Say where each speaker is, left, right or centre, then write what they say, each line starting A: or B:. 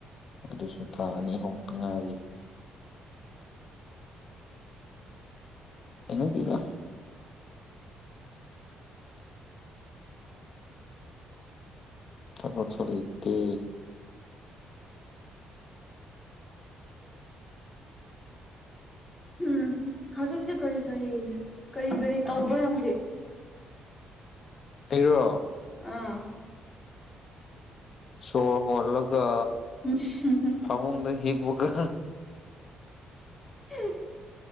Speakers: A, on the left (about 55°); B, on the left (about 20°).
A: ꯑꯗꯨꯁꯨ ꯊꯥ ꯑꯅꯤꯍꯨꯝ ꯈꯛꯇ ꯉꯥꯏꯔꯤ ꯍꯩꯅꯗꯦꯗ ꯊꯕꯛꯁꯨ ꯂꯩꯇꯦ
B: ꯎꯝ ꯍꯨꯝ ꯍꯧꯖꯤꯛꯇꯤ ꯀꯔꯤ ꯀꯔꯤ ꯀꯔꯤ ꯀꯔꯤ ꯇꯧꯕ꯭ꯔ ꯅꯪꯗꯤ
A: ꯑꯩꯔꯣ
B: ꯑꯥ
A: ꯁꯣꯔ ꯍꯣꯜꯂꯒ
B: <unintelligible>
A: ꯐꯃꯨꯡꯗ ꯍꯤꯞꯄꯒ
B: <unintelligible>